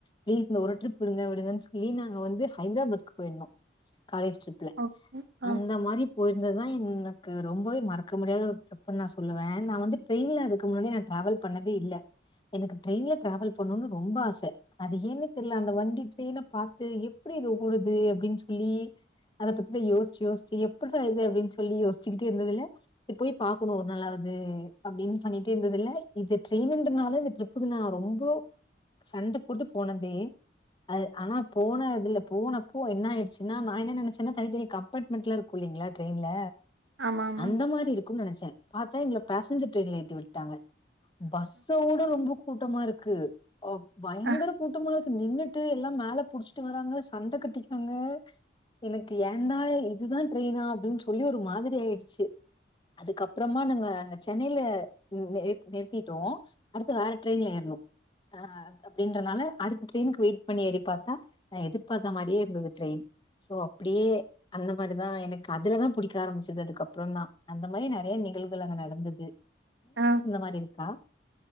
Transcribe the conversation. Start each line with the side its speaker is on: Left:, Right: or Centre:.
Left: பிளீஸ் இந்த ஒரு ட்ரிப் விடுங்க விடுங்கன்னு சொல்லி நாங்க வந்து ஹைதராபாத்கு போயிருந்தோ காலேஜ் ட்ரிப்ல
Right: ஓகே
Left: அந்த
Right: ஓகே
Left: மாரி போயிட் இந்ததுதா எனக்கு ரொம்பவே மறக்க முடியாத ஒரு டிரிப்ன்னு நா சொல்லுவே நா வந்து டிரெயின்ல அதுக்கு முன்னாடி நா டிராவல் பண்ணதே இல்ல எனக்கு ட்ரெயின்ல டிராவல் பண்ணுன்னு ரொம்ப ஆச அது ஏன்னே தெரில அந்த வண்டி ட்ரெய்ன பாத்து எப்டி இது ஓடுது அப்டின்னு சொல்லி அத பத்தி யோசிச்சு யோசிச்சு எப்புட்றா இது அப்டின்னு சொல்லி யோச்சுக்கிட்டே இருந்ததுல போய் பாக்கணு ஒரு நாளாவ் து அப்டின்னு பண்ணிட்டே இருந்ததுல இது ட்ரெயினன்றனால இந்த ட்ரிப்புக்கு நா ரொம்பொ சண்ட போட்டு போனதே அது ஆனா போன அதுல போனப்போ என்ன ஆயிடுச்சுன்னா நா என்ன நெனைசசேன்னா தனித் தனிக்கு அப்பாட்மெண்ட்லா இருக்கு இல்லைங்களா ட்ரெயின்ல
Right: ஆமா ஆமா
Left: அந்த மாரி இருக்கும்னு நெனச்சே தா எங்கள பேசஞ்சர் ட்ரெயின்ல ஏத்தி விட்டாங்க பஸ்ஸவுட ரொம்ப கூட்டமா இருக் க்கு ஒ பயங்கர
Right: ஆ
Left: கூட்டமா இரு நின்னுட்டு எல்லா மேல புடிச்சிட்டு வராங்க சண்ட கட்டிக்றாங்க எனக்கு ஏடா இதுதா டரெயினா அப்டினு சொல்லி ஒரு மாதிரி ஆயிடுச்சு அதுக்கப்புறமா நாங்க ஆ சென்னையில ஏ நிறுத்திட்டோ அடுத்து வேற டரெின்ல ஏறணு ஆ அப்டின்றனால அடுத்த ட்ரெயின்க்கு வெயிட் பண்ண ஏறி பாத்தா எதிர்பாத்த மாரியே இருந்தது ட்ரெயின் சோ அப்டியே அந்த மாதிரிதா எனக்கு அதுலதா புடிக்க ஆரம்பிச்சது அதுக்கப்றோ தா அந்த மாரி நெறைய நிகழ்வு போல அங்க நடந்தது
Right: ஆஹ்
Left: மாரி இருக்கா?